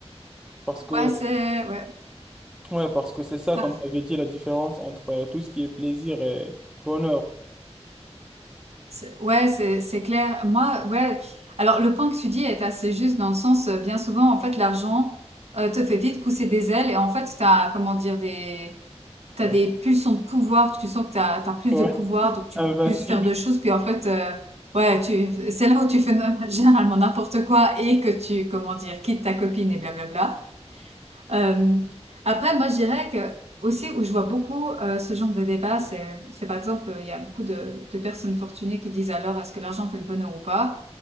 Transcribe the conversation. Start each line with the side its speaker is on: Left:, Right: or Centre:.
Centre: Parce que,
Right: Ouais, c'est, ouais,
Centre: ouais, parce que c'est ça,
Right: ça-
Centre: comme tu avais dit, la différence entre euh, tout ce qui est plaisir et bonheur.
Right: c'est- ouais, c'est, c'est clair. Moi, ouais. Alors, le point que tu dis est assez juste dans le sens, euh, bien souvent, en fait, l'argent, euh, te fait vite pousser des ailes et en fait, t'as, comment dire, des, t'as
Centre: Ouais.
Right: des pulsions de pouvoir, tu sens que t'as t'as plus
Centre: Ouais,
Right: de pouvoir, donc tu
Centre: invincible,
Right: peux plus faire de choses. Puis en fait, euh, ouais, tu, c'est là où tu fais <laughs> généralement n'importe quoi et que tu, comment dire, quittes ta copine et blablabla. Euh, après, moi, je dirais que aussi où je vois beaucoup euh, ce genre de débat, c'est, c'est par exemple, euh, il y a beaucoup de, de personnes fortunées qui disent alors est-ce que l'argent fait le bonheur ou pas?